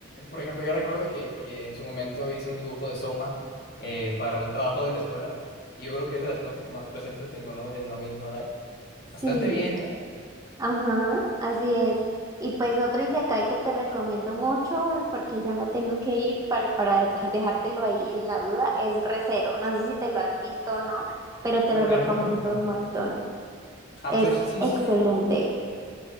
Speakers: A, on the left (about 50°); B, on the right (about 15°).
A: Por ejemplo, yo recuerdo que, que en su momento hice un dibujo de Soma eh, para un trabajo de la escuela. Y yo creo que es de las cosas que más presente tengo, ¿no? De No Game No Life. Bastante
B: sí.
A: bien, ¿eh?
B: Ajá, así es. Y pues otro Isekai que te recomiendo mucho, porque ya me tengo que ir para, para deja- <laughs> dejártelo ahí en la duda, es Recero. No sé si te lo has visto o no, pero te
A: Me,
B: lo
A: me
B: recomiendo
A: lo han recomendado.
B: un montón.
A: Ah,
B: Es
A: pues sí,
B: excelente.
A: sí, sí.